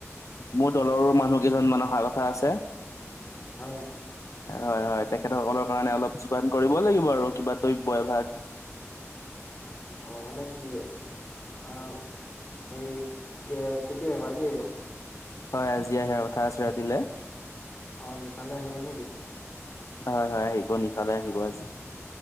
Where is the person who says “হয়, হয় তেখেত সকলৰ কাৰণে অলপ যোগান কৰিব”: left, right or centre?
Left